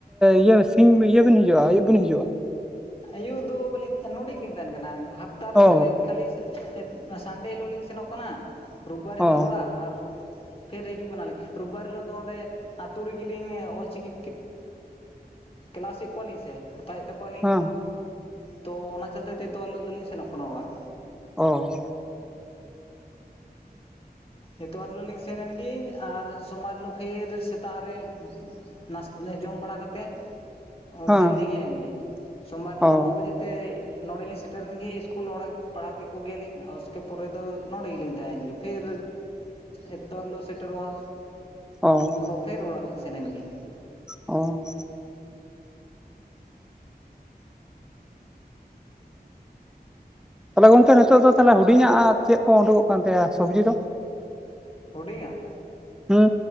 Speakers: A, in the centre; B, on the left.
A: ᱤᱭᱟᱹ ᱥᱤᱧ ᱤᱭᱟᱹ ᱵᱤᱱ ᱦᱤᱡᱩᱜᱼᱟ ᱟᱹᱭᱩᱵ ᱵᱤᱱ ᱦᱤᱡᱩᱜᱼᱟ
B: ᱟᱭᱩᱵ ᱫᱚ ᱵᱟᱝ ᱱᱚᱰᱮ ᱜᱮᱞᱤᱧ ᱛᱟᱦᱮᱱ ᱠᱟᱱᱟ ᱦᱟᱯᱛᱟ
A: ᱚ
B: ᱨᱮ ᱠᱷᱟᱹᱞᱤ ᱥᱟᱱᱰᱮ ᱦᱤᱞᱳᱜ ᱞᱤᱧ ᱥᱮᱱᱚᱜ ᱠᱟᱱᱟ ᱨᱳᱵᱵᱟᱨ
A: ᱚ
B: ᱦᱤᱞᱳᱜ ᱚᱲᱟᱜ ᱟᱨ ᱯᱷᱤᱨ ᱦᱤᱡᱩᱜ ᱠᱟᱱᱟ ᱞᱤᱧ ᱨᱳᱵᱵᱟᱨ ᱦᱤᱞᱳᱜ ᱫᱚ ᱚᱸᱰᱮ ᱟᱹᱛᱩ ᱨᱮᱜᱮ ᱞᱤᱧ ᱚᱞᱪᱤᱠᱤ ᱠᱮᱞᱟᱥ ᱮᱫ ᱠᱚᱣᱟ ᱞᱤᱧ ᱥᱮ ᱦᱟᱛᱟᱣ ᱮᱫ ᱛᱟᱠᱚᱣᱟ ᱠᱚᱣᱟᱞᱤᱧ
A: ᱦᱮᱸ
B: ᱛᱚ ᱚᱱᱟ ᱪᱚᱞᱛᱮ ᱛᱮ ᱛᱚ ᱦᱤᱞᱳᱜ ᱫᱚᱞᱤᱧ ᱥᱮᱱᱚᱜ ᱠᱟᱱᱟ ᱚᱲᱟᱜ᱾
A: ᱚᱻ
B: ᱮᱛᱣᱟᱨ ᱦᱤᱞᱳᱜ ᱞᱤᱧ ᱥᱮᱱ ᱮᱱᱜᱮ ᱟᱨ ᱥᱳᱢᱟᱨ ᱦᱤᱞᱳᱜ ᱯᱷᱤᱨ ᱥᱮᱛᱟᱜ ᱨᱮ ᱱᱟᱥᱛᱟ ᱡᱚᱢ ᱵᱟᱲᱟ ᱠᱟᱛᱮᱫ ᱦᱚᱴᱮᱞ
A: ᱦᱮᱸ
B: ᱞᱤᱧ ᱦᱮᱡ ᱮᱱᱜᱮ ᱥᱳᱢᱟᱨ
A: ᱚ
B: ᱦᱤᱞᱳ ᱱᱚ ᱵᱟᱡᱮ ᱛᱮ ᱱᱚᱸᱰᱮᱞᱤᱧ ᱥᱮᱴᱮᱨᱨᱮᱱ ᱜᱮ ᱤᱥᱠᱩᱞ ᱚᱸᱰᱮ ᱯᱟᱲᱦᱟᱣ ᱠᱮᱫ ᱠᱚᱜᱮᱭᱟᱞᱤᱧ ᱩᱥᱠᱮ ᱯᱚᱨᱮ ᱫᱚ ᱱᱚᱸᱰᱮ ᱜᱮ ᱞᱤᱧ ᱛᱟᱦᱮ ᱭᱮᱱ ᱜᱮᱭᱟ ᱯᱷᱤᱨ ᱮᱛᱣᱟᱨ ᱦᱤᱞᱚᱜ ᱥᱮᱴᱮᱨᱚᱜᱼᱟ
A: ᱚ
B: ᱩᱱᱫᱚ ᱯᱷᱤᱨ ᱚᱲᱟᱜ ᱞᱤᱧ ᱥᱮᱱᱮᱱ ᱜᱮ
A: ᱚ ᱛᱟᱦᱚᱞᱮ ᱜᱚᱝᱠᱮ ᱱᱤᱛᱚᱜ ᱫᱚ ᱛᱟᱦᱚᱞᱮ ᱦᱩᱰᱤᱧᱟᱜ ᱪᱮᱫ ᱠᱚ ᱩᱰᱩᱠᱚᱜ ᱠᱟᱱ ᱛᱟᱭᱟ ᱥᱚᱵᱽᱡᱤ ᱫᱚ
B: ᱦᱩᱰᱤᱧᱟᱜ
A: ᱦᱩᱸ